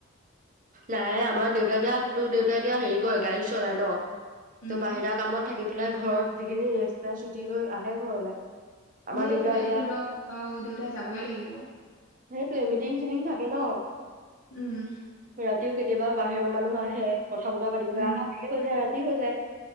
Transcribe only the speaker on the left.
উম
হেতোৱে
<unintelligible> অ', দেউতাই যাবই লাগিব।
উম।
উম